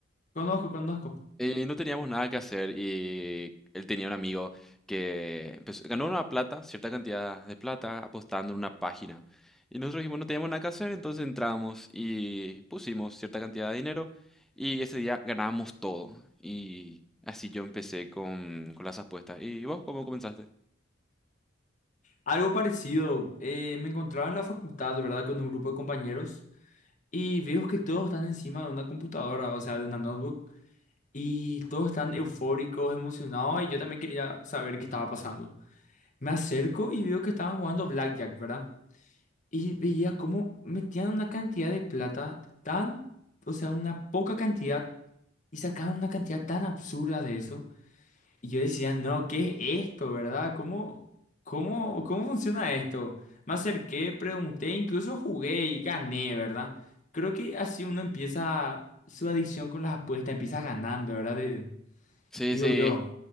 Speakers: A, on the left; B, in the centre.
A: Conozco, conozco.
B: Eh, no teníamos nada que hacer y él tenía un amigo que empezó- ganó una plata, cierta cantidad de plata, apostando en una página. Y nosotros dijimos, no teníamos nada que hacer, entonces entramos y pusimos cierta cantidad de dinero y ese día ganábamos todo. Y así yo empecé con, con las apuestas. ¿Y vos cómo comenzaste?
A: Algo parecido, eh, me encontraba en la facultad, ¿verdad? Con un grupo de compañeros y veo que todos están encima de una computadora, o sea, de una notebook, y todos están eufóricos, emocionados y yo también quería saber qué estaba pasando. Me acerco y veo que estaban jugando Blackjack, ¿verdad? Y veía cómo metían una cantidad de plata tan, o sea, una poca cantidad, y sacaban una cantidad tan absurda de eso. Y yo decía, no, ¿qué es esto, verdad? ¿Cómo, cómo, cómo funciona esto? Me acerqué, pregunté, incluso jugué y gané, ¿verdad? Creo que así uno empieza su adicción con las apuestas, empieza ganando, ¿verdad? De-
B: Sí,
A: digo
B: sí.
A: yo.